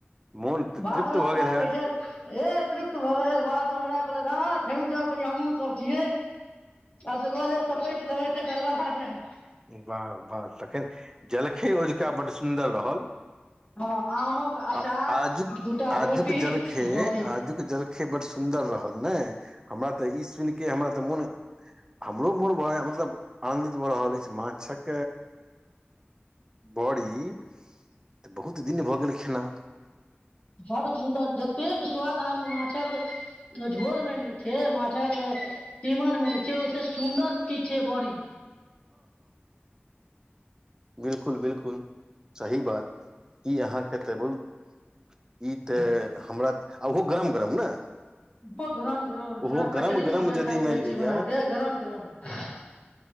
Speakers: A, on the right (about 15°); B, on the left (about 30°).
A: मोन तऽ
B: बादमे
A: तृप्त
B: हमरा
A: भऽ गेल हैत
B: कहै छैथ एह तृप्त भ गेल, बाद हमरा कहलथि हां हां थमि जाउ कनि हमहुं सब छियै। असगरे सपैट देबै त गड़बड़ा जैत
A: बाह बाह तखन जलखै में तें बड्ड सुन्दर रहल
B: हँ आमक अचार
A: आ आजुक
B: दूटा रोटी
A: आजुक जलखै,
B: आ बड़ी
A: आजुक जलखै बड सुन्दर रहल। नै, हमरा त इ सुनिके, हमरा त मोन, हमरो मोन नै ओ सब आन भ रहल अछि, माछक बड़ी त बहुत दिन भ गेल छला
B: बड्ड सुन्दर, जतेक स्वाद अहाँक माछक झोर मे नहि छै माछक तीमन मे नहि छै ओहिसे सुन्दर चीज छै बड़ी
A: बिलकुल बिलकुल सही बात ई अहाँके तऽ <unintelligible> ई तऽ हमरा आ ओहो गरम गरम ने
B: <unintelligible> गरम गरम जेना
A: ओहो गरम
B: कचरी
A: गरम
B: सब जे
A: यदि
B: खाइत
A: मानि
B: रहै
A: लिअ
B: छियै बना के गरम गरम